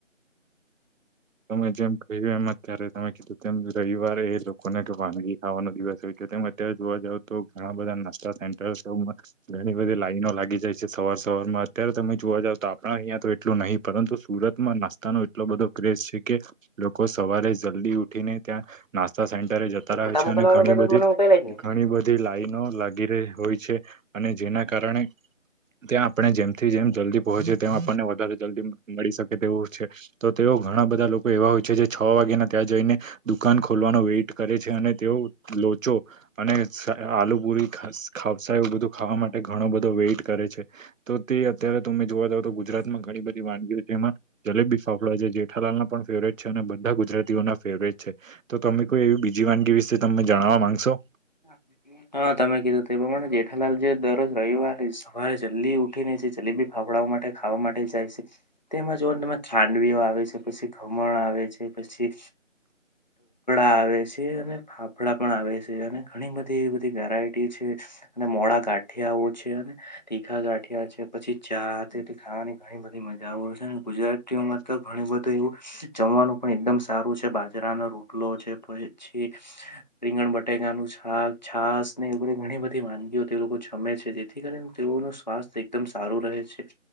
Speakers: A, on the right; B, on the left.
A: તમે જેમ કહ્યું એમ અત્યારે તમે કીધું તેમ રવિવારે એ લોકોને કે વાનગી ખાવાનો દિવસ હોય કે તેમ ત્યારે જોવા જાવ તો ઘણા બધા નાસ્તા સેન્ટર ઘણી બધી લાઈનો લાગી જાય છે, સવાર સવાર માં અત્યારે તમે જોવા જાવ તો આપણા અહીયાયા તો એટલું નહીં પરંત સુરતમાં નાસ્તાનો એટલો બધો ક્રેઝ છે, કે લોકો સવારે જલ્દી ઉઠીને ત્યાં નાસ્તા સેન્ટરે જતા
B: તું ફોટા
A: રહે છે,
B: મોકલવાનો
A: અને ઘણી
B: હતો તો
A: બધી
B: મને મોકયલા જ નહી
A: ઘણી બધી લાઈનો લાગી રહી હોય છે, અને જેના કારણે ત્યાં આપણે જેમથી જેમ જલ્દી પહોંચી તેમ આપણને વધારે જલ્દી મળી શકે તેવું છે. તો તેઓ ઘણા બધા લોકો એવા હોય છે, જે છ વાગ્યાના ત્યાં જઈને દુકાન ખોલવાનો વેટ કરે છે, અને તેઓ લોચો અને આલુ પુરી ખસા ખાવસા એવું બધું ખાવા માટે ઘણો બધો વેઇટ કરે છે. તો તે અત્યારે તમે જોવા જાવ તો ગુજરાતમાં ઘણી બધી વાનગીઓ છે, એમાં જલેબી ફાફડા છે, જેઠાલાલના પણ ફેવરેટ છે, અને બધા ગુજરાતીઓના ફેવરેટ છે, તો તમે કોઈ એવી બીજી વાનગી વિશે તમને જણાવવા માંગશો
B: <unintelligible> હા તમે કીધું તે પ્રમાણે જેઠાલાલ જે દરરોજ રવિવારે સવારે જલ્દી ઉઠી ને છે, જે જલેબી ફાફડાવાઓ માટે ખાવા માટે જાય છે. તેમાં જોઓ ને તમે ખાંડવીઓ આવે છે, પછી ખમણ આવે છે, પછી આવે છે, અને ફાફડા પણ આવે છે, અને ઘણી બધી એ બધી વેરાયટી છે. અને મોડા ગાંઠિયાઓ છે, અને તીખા ગાંઠિયા છે, પછી ચા થી ખાવાની ઘણી બધી મજા આવ હોય છે, ને ગુજરાતીઓમાં તો ઘણું બધું એવું જમવાનું પણ એકદમ સારું છે, બાજરાનો રોટલો છે પછી રીંગણ બટેકા નું સાક છાસ ને એ બધ ઘણી બધી વાનગીઓ એ લોકો જમે છે. જેથી કરીને તેઓનું સ્વાસ્થ્ય એકદમ સારું રહે છે.